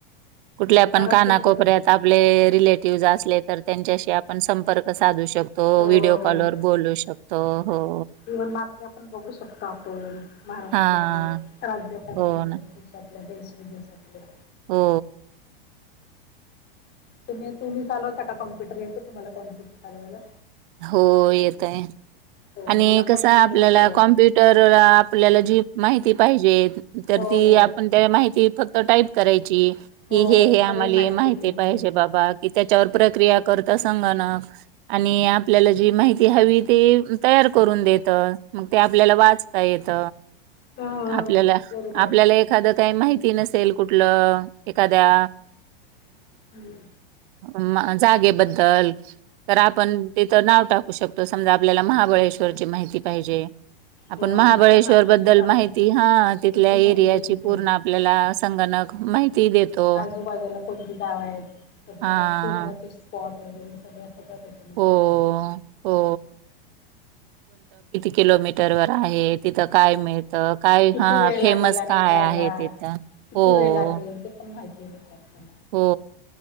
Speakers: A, on the right (about 60°); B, on the left (about 35°).
A: कुठल्या,
B: बराच
A: पण कानाकोपऱ्यात
B: उपयोग आहे
A: आपले रिलेटिव्हज असले, तर त्यांच्याशी आपण संपर्क साधू शकतो. शकतो,
B: हो
A: व्हिडिओ कॉल
B: हो,
A: वर बोलू शकतो हो.
B: इव्हन बातम्या पण बघू शकतो, आपण महाराष्ट्रातलं
A: हा
B: राज्या <unintelligible>
A: हो ना
B: आपल्या देश विदेशातल्या.
A: हो.
B: तुम्ही- तुम्ही चालवता का, काँम्प्युटर येतो तुम्हाला काँम्प्युटर चालवायला?
A: हो, येत आहे.
B: हो
A: आणि
B: मला
A: कसं
B: पण
A: आहे,
B: येतो
A: आपल्याला
B: हो
A: कॉम्प्युटर आपल्याला जी माहिती पाहिजेत तर
B: हो
A: ती आपण त्याला माहिती फक्त टाईप करायची.
B: हो
A: हे
B: हो
A: हे आम्हाला
B: सगळी
A: माहिती
B: मिळते
A: पाहिजे, बाबा की त्याच्यावर प्रक्रिया करत संगणक आणि आपल्याला जी माहिती हवी ती तयार करून देत मग ते आपल्याला वाचता येत
B: हो हो,
A: आपल्याला
B: बरोबर
A: आपल्याला
B: आहे
A: एखादं काही माहिती नस असेल कुठलं एखाद्या
B: हम्म.
A: अ जागेबद्दल तर आपण तिथं नाव टाकू शकतो समजा आपल्याला महाबळेश्वरची माहिती पाहिजे. आपण
B: हो
A: महाबळेश्वर
B: नुसतं
A: बद्दल
B: टाकलं
A: माहिती
B: की
A: हा तिथल्या
B: किती माहिती
A: एरियाची
B: येते.
A: पूर्ण आपल्याला सग णक माहिती देतो.
B: आजूबाजूला कोणती गावं आहेत त्याच्या
A: हा
B: फिरण्याचे स्पॉट वगैरे सगळ सगळ त्याच्यामध्ये
A: हो
B: येत.
A: हो किलोमीटर वर आहेत. तिथं काय मिळतं काय
B: किती
A: हा
B: वेळ लागेल
A: फेमस
B: आणि
A: काय
B: जायला.
A: आहे तिथं
B: किती
A: हो
B: वेळ लागेल <inaudible>
A: हो